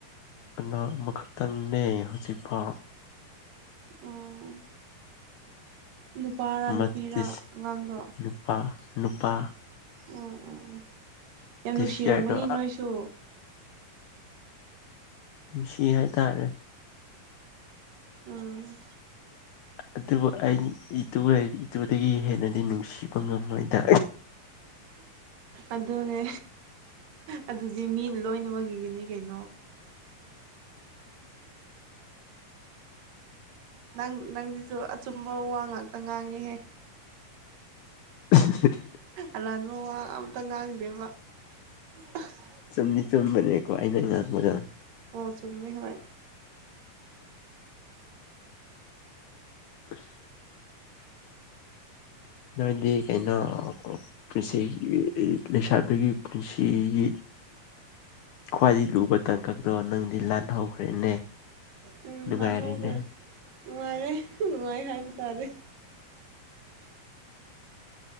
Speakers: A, on the left; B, on the right.
A: ꯀ ꯃꯈ ꯇꯪꯅꯦ ꯍꯧꯖꯤꯛꯐ
B: ꯑꯣ ꯅꯨꯄꯥꯔꯥ
A: ꯃꯇꯤꯁ
B: ꯅꯨꯄꯤꯔ ꯑꯉꯥꯡꯗꯣ
A: ꯅꯨꯄꯥ ꯅꯨꯄꯥ
B: ꯎꯝ ꯎꯝ ꯎꯝ꯫ ꯌꯥꯝ
A: ꯇꯤꯁ
B: ꯅꯨꯡꯁꯤꯔꯝꯒꯅꯤ
A: ꯌꯥꯔꯗꯣ
B: ꯅꯣꯏꯁꯨ
A: ꯎꯝ ꯁꯤ ꯍꯥꯏꯇꯥꯔꯦ
B: ꯎꯝ
A: ꯑꯗꯨꯕꯨ ꯑꯩ ꯏꯇꯨ ꯏꯇꯨꯗꯒꯤ ꯍꯦꯟꯅꯗꯤ ꯅꯨꯡꯁꯤꯕ ꯉꯝꯃꯣꯏꯗ
B: ꯑꯗꯨꯅꯦ ꯑꯗꯨꯗꯤ ꯃꯤꯅ ꯂꯣꯏꯅꯃꯛꯒꯤꯅꯤ ꯀꯩꯅꯣ꯫ ꯅꯪ ꯅꯪꯗꯤꯁꯨ ꯆꯨꯝꯕ ꯋꯥ ꯉꯥꯛꯇ ꯉꯥꯡꯉꯤꯍꯦ
A: <unintelligible>
B: ꯑꯂꯥꯟꯕ ꯋꯥ ꯑꯇ ꯉꯥꯡꯗꯦꯕ <unintelligible>
A: ꯆꯨꯝꯗꯤ ꯆꯨꯝꯕꯅꯦꯀꯣ ꯑꯩꯅ ꯉꯥꯡꯕꯗꫭ꯫
B: ꯑꯣ ꯆꯃꯤꯃꯦ ꯍ
A: ꯑ ꯅꯣꯏꯗꯤ ꯀꯩꯅꯣ ꯄꯨꯟꯁꯤꯒꯤ ꯂꯩꯁꯥꯕꯤꯒꯤ ꯄꯨꯟꯁꯤꯒꯤ ꯈ꯭ꯋꯥꯏꯗꯒꯤ ꯂꯨꯕ ꯇꯥꯡꯀꯛꯇꯣ ꯅꯪꯗꯤ ꯂꯥꯟꯍꯧꯈ꯭ꯔꯦꯅꯦ
B: ꯎꯝ ꯃꯥꯟꯍꯧꯈ꯭ꯔꯦ
A: ꯒꯥꯏꯔꯤꯅꯦꯦ
B: ꯅꯨꯡꯉꯥꯏꯔꯦ ꯅꯨꯡꯉꯥꯏ ꯍꯥꯏꯕ ꯇꯥꯔꯦ